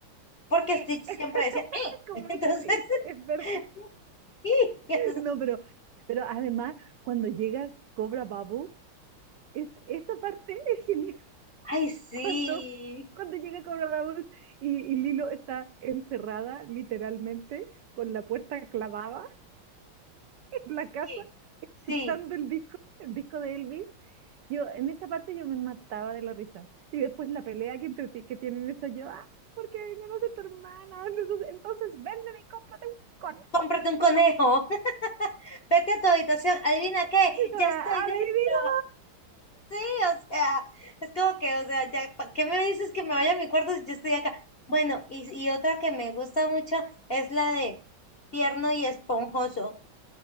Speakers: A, on the left (about 45°); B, on the right (about 70°).
A: porque
B: Eh,
A: Stitch siempre
B: <laughs>
A: decía eh. <laughs>
B: ¿Cómo
A: Entonces,
B: así? Es verdad.
A: <laughs> sí, entonces,
B: No, pero, pero además, cuando llega Cobra Bubbles, es, esa parte es genial.
A: ay, sí,
B: cuando, cuando llega Cobra Vamos y, y Lilo está encerrada literalmente con la puerta clavada <laughs> en la casa,
A: sí, sí.
B: escuchando el disco, el disco de Elvis. Yo, en esa parte yo me mataba de la risa. Y después la pelea que, entre, ti que tienen eso, yo, ah, porque yo no soy tu hermana. <laughs> Entonces, entonces véndeme y cómprate un conejo.
A: Cómprate un conejo, <laughs> vete a tu habitación, adivina qué,
B: Ah,
A: ya estoy
B: Adivina.
A: dentro. Sí, o sea, es como que, o sea, ya, ¿pa' ¿qué me dices que me vaya a mi cuarto si yo estoy acá? Bueno, y, y otra que me gusta mucho es la de tierno y esponjoso.